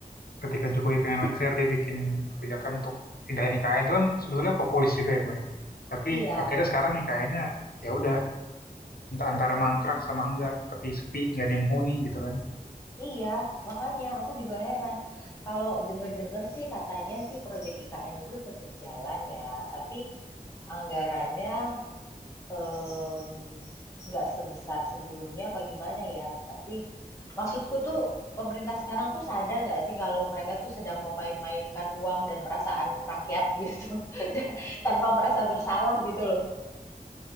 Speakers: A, on the left; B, on the left.
A: ketika Jokowi pengen lengser dia bikin kebijakan untuk pindahin IKN itu kan sebetulnya populis juga ya Mbak ya. tapi
B: Iya,
A: akhirnya sekarang IKN-nya ya udah entah antara mangkrak sama enggak tapi sepi nggak ada yang menghuni gitu kan
B: iya, makanya aku juga heran. Kalau denger-denger sih katanya sih proyek IKN itu tetap jalan ya, tapi anggarannya Mmm, nggak um, sebesar sebelumnya apa gimana ya, tapi maksudku tuh pemerintah sekarang tuh sadar nggak sih kalau mereka tuh sedang memain-mainkan uang dan perasaan rakyat gitu, <laughs> tanpa merasa bersalah gitu loh. <laughs>